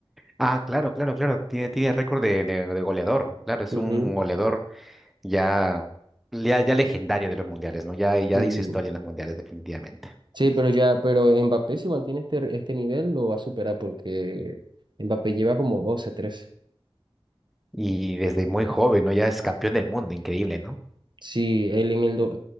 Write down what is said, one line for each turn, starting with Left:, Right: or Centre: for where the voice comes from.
Centre: Ah, claro, claro, claro. Tiene, tiene récord de, de- de goleador. Claro, es
Right: Ujú,
Centre: un goleador ya, ya, ya legendario de los mundiales, ¿no? Ya, ya
Right: Sí,
Centre: dice historia en los mundiales, definitivamente.
Right: sí, pero ya, pero Mbappé si mantiene este, este nivel lo va a superar porque Mbappé lleva como 12 13.
Centre: Y desde muy joven, ¿no? Ya es campeón del mundo. Increíble, ¿no?
Right: Sí, él en el do-